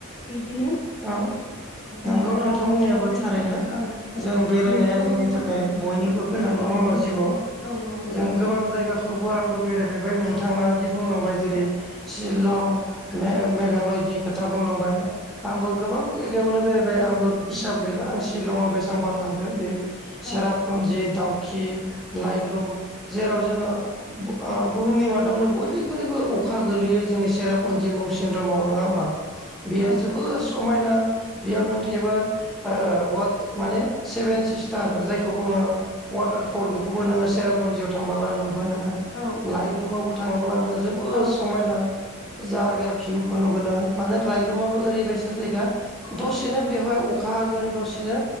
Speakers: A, on the left (about 80°); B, in the centre.
A: बिदिनो
B: औ
A: जेनेबा
B: नंगौ नोंथांमोननियाबो
A: दावबायनानै जोङो
B: थारैनो
A: औ
B: जों बेरायनाया
A: बेफोरबायदिनो
B: जोंनि थाखाय बयनिबो गोनां।
A: औ
B: नङा
A: नंगौ
B: होमबा जिउआव
A: औ नंगौ
B: जों
A: नंगौ
B: गोबां जायगाखौबो आंबो बेरायफेरबाय नोंथांङादि
A: औ
B: बुंलांबाय जेरै
A: औ
B: शिलं मे-मेघालयनि
A: औ
B: खोथा बुंलांबाय
A: औ
B: आंबो गोबां जायगायावनो बेरायबाय आंबो इसाब गैला आं शिलंआव बेसांबार थांखो बे
A: औ
B: सेरापुन्जि दाउ खि लाइ लुम जेराव जोङो ओ बुहुमनि मादावनो बयनिख्रुइबो अखा गोलैयो जोंनि सेरापन्जि मौसिन्द्रामाव नङा ओमबा बेयो
A: औ
B: जोबोर समायना। बेयाव नों थायोबा ओ वट माने सेभेन सिस्टार जायखौ बुङो वाटार भल बेखौबो नोंङो सेरापन्जियाव थांबोला नु गोन नोंङो
A: औ
B: लाइलुमआवबो थाङोब्ला नोंङो जोबोद
A: औ
B: समायना जागाया भिउखौ नुगोन नों माने लायलुमाबो ओरैबायसा जायगा दसेनो बेवहाय अखा गोन दसेनो